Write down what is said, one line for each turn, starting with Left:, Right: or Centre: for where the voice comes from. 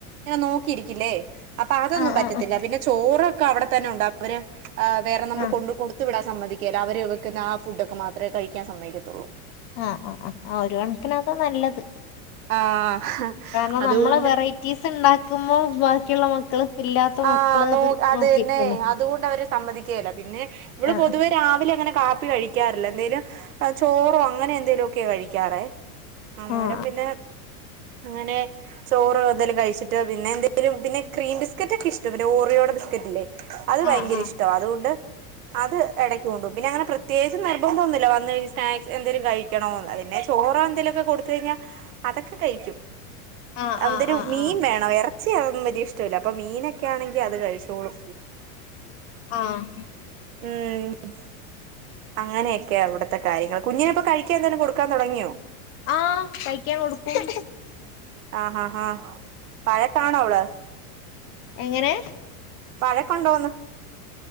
Right: ഇങ്ങനെ നോക്കിയിരിക്കില്ലേ അപ്പൊ അതൊന്നും
Left: ആഹ്
Right: പറ്റത്തില്ല
Left: ആഹ്
Right: പിന്നെ ചോറൊക്കെ അവിടെത്തന്നെ ഉണ്ടാവ അവര് വേറെ നമ്മൾ
Left: ആഹ്
Right: കൊണ്ട കൊടുത്തു വിടാൻ സമ്മതികില്ല അവര് വെക്കുന്ന ആഹ് ഫുഡ് ഒക്കെ മാത്രം ത്രേ കഴിക്കാൻ സമ്മയക്കത്തുള്ളൂ
Left: ആഹ് ആഹ് ആഹ് ആഹ് ഒരു കണക്കിന് അതാ നല്ലത്
Right: ആഹ്
Left: കാരണം
Right: അതുകൊണ്ട്
Left: നമ്മളെ വെറൈറ്റി റ്റിസ് ഉണ്ടാക്കുമ്പോ ബാക്കിയുള്ള മക്കൾ ഇല്ലാത്ത
Right: ആഹ്
Left: മക്കള്
Right: നോ
Left: അത് നോക്കിയിരിക്കണ്ടേ
Right: തന്നെ അതുകൊണ്ട് അവര് സമ്മതിക്കുകല്ല പിന്നെ ഇവിള്
Left: ആഹ്
Right: പൊതുവെ രാവിലെ അങ്ങനെ കാപ്പി കഴിക്ക കഴിക്കാറില്ല എന്തേലും ചോറോ അങ്ങനെ എന്തേലു ഒക്കെ കഴിക്കാറേ അന്നേരം
Left: ആഹ്
Right: പിന്നെ അങ്ങനെ ചോറ് എന്തായാലും കഴിച്ചിട്ട് പിന്നെന്തേലും പിന്നെ ക്രീം ബിസ്‌ക്കറ്റ ഒക്കെ ഇഷ്ട പിന്നെ ഓറിയോടെ ബിസ്ക്കറ്റ് ഇല്ലേ അത്
Left: ആഹ്
Right: ഭയങ്കര ഇഷ്ടമാണ് അതുകൊണ്ട് അത് ഇടയ്ക്ക് കൊണ്ടുപോവും പിന്ന അങ്ങനെ പ്രത്യകിച്ച് നിർബന്ധം ഒന്നുല വന്ന് കഴിഞ്ഞ് സ്നാക്സ് എന്തേലും കഴിക്കും ക്കണോന്ന് പിന്നെ ചോറോ എന്തെലുമൊക്കെ കൊടുത്ത് കഴിഞ്ഞാൽ അതൊക്കെ കഴിക്കും
Left: ആഹ്
Right: അന്തൊരു
Left: ആഹ് ആഹ് ആഹ്
Right: മീൻ വേണം ഇറച്ചി അതൊന്നും വലിയ ഇഷ്ടമല്ല അപ്പൊ മീനൊക്കെ ആണെങ്കി അത് കഴിച്ചോളൂ
Left: ആഹ്
Right: ഉം അങ്ങനെയൊക്കെയ ഇവിടത്തെ കാര്യങ്ങൾ കുഞ്ഞിനെപ്പോ കഴിക്ക കഴിക്കാൻ എന്തെങ്കിലും കൊടുക്കൻ തുടങ്ങിയോ
Left: ആഹ് കഴിക്കാൻ കൊടുക്കൂം
Right: ആഹആഹ് ആഹ് വാഴ്ക ആണോ അവള്
Left: എങ്ങനെ
Right: വഴക്ക് ഉണ്ടോന്ന്